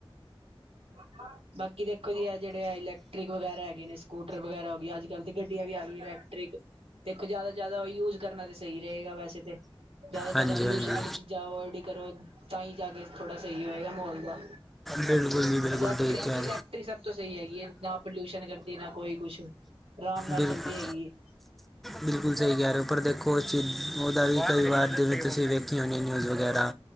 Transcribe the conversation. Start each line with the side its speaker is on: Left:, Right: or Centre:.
Right: <unintelligible> ਕਿ ਦੇਖੋ ਜੀ, ਇਹ ਜਿਹੜੇ ਆ ਇਲੈਕਟ੍ਰਿਕ ਵਗੈਰਾ ਹੈਗੇ ਨੇ ਸਕੂਟਰ ਵਗੈਰਾ ਹੋ ਗਏ, ਅੱਜ-ਕੱਲ੍ਹ ਤੇ ਗੱਡੀਆਂ ਵੀ ਆ ਗਈ ਇਲੈਕਟ੍ਰਿਕ ਤੇਖ ਜਿਆਦਾ-ਜਿਆਦਾ ਯੂਜ ਕਰਨਾ ਤੇ ਸਹੀ ਰਹੇਗਾ ਵੈਸੇ ਤੇ, ਜ਼ਿਆਦਾ-ਜ਼ਿਆਦਾ
Centre: ਹਾਂਜੀ
Right: ਪੋਲਿਊਸ਼ਨ
Centre: ਹਾਂਜੀ
Right: ਵਾਲੀ ਚੀਜ਼ਾਂ ਅਵੋਇਡ ਹੀ ਕਰੋ ਤਾਂ ਹੀ ਜਾ ਕੇ ਥੋੜ੍ਹਾ ਸਹੀ ਹੋਏਗਾ ਮਾਹੌਲ ਦਾ,
Centre: ਬਿਲਕੁਲ ਜੀ-ਬਿਲਕੁਲ
Right: ਇਲੈਕਟ੍ਰਿਕ
Centre: ਠੀਕ ਹੈ।
Right: ਦੀ ਇਲੈਕਟ੍ਰਿਕ ਸਭ ਤੋਂ ਸਹੀ ਹੈਗੀ ਹੈ ਨਾ, ਪੋਲਿਊਸ਼ਨ ਕਰਦੀ ਨਾ ਕੋਈ ਕੁਛ ਆਰਾਮ ਨਾਲ
Centre: ਬਿਲਕੁਲ
Right: ਚੱਲਦੀ ਹੈਗੀ ਹੈ।
Centre: ਬਿਲਕੁਲ ਸਹੀ ਕਹਿ ਰਹੇ ਹੋ ਪਰ ਦੇਖੋ, ਉਸ ਚੀਜ਼ ਉਹਦਾ ਵੀ ਕਈ ਵਾਰ ਜਿਵੇਂ ਤੁਸੀਂ ਵੇਖ, ਕੀ ਹੁੰਦੀਆਂ ਨਿਊਜ਼ ਵਗੈਰਾ,